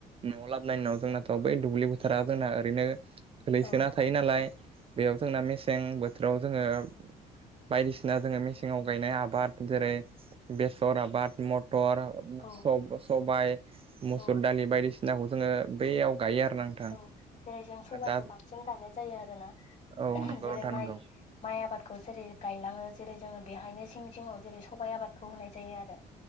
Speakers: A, on the right (about 35°); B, on the left (about 45°).
A: न'आव ला इनाव जोंनाथ' बै दुब्लि बोथोरा जोंना ओरैनो गोलैसोना
B: औ
A: थायो नालाय। बेयाव जोंना मेसें बोथोराव जोङो बायदिसिना जोङो मेसेंआव गायनाय आबाद जेरै बेसर सर आबाद मथर
B: औ
A: सब-सबाय मुसुर
B: औ
A: दालि बायदिसिना नाखौ जोङो बैयाव गायो आरो ना नोंथां
B: औ जेरै जों सबाइखौ
A: दा
B: बांसिन गायनाय जायो आरोना
A: औ नंगौ
B: जेरै
A: नोंथां
B: माइ-माइ
A: नंगौ
B: आबाद खौ जेरै गायलाङो जेरै जोङो बेहायनो सिं जिङाव जेरै सबाइ आबादखौ होनाय जायो आरो